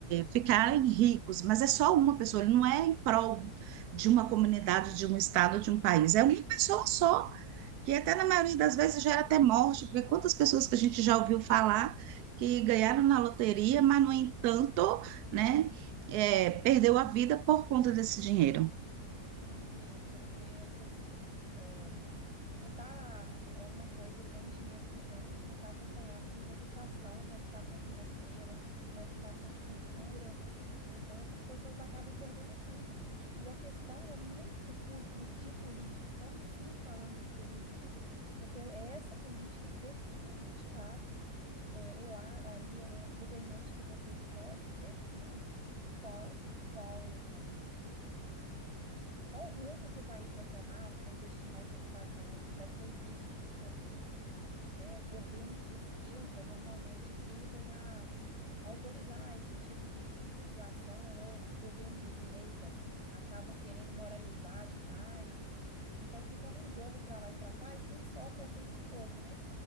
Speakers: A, on the right; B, on the right.
A: ficarem ricos. Mas é só uma pessoa, ele não é em prol de uma comunidade, de um estado, de um país, é uma pessoa só que até na
B: sim.
A: maioria das vezes gera até morte, porque quantas pessoas que a gente já ouviu falar que ganharam na loteria, mas, no entanto, né, é, perdeu a vida por conta desse dinheiro.
B: Sim, e porque essas é, não tá é uma coisa que é um dinheiro que vem que não está acompanhado de uma educação, uma educação financeira, uma educação de cultura. Então essas pessoas acabam perdendo tudo. E a questão é muito poli- de política. Estamos sim falando de política, porque é essa política que define, de fato, é, o lá ali o governante que você escolhe, que define qual qual qual o rumo que o país vai tomar, se vai investir mais na educação, se vai proibir esse tipo de conduta, né? Governos de esquerda normalmente tendem a autorizar esse tipo de, de ação, ou governos de direita acabam querendo moralizar demais. Então fica num jogo para lá e para cá, e quem sofre é sempre o povo, né?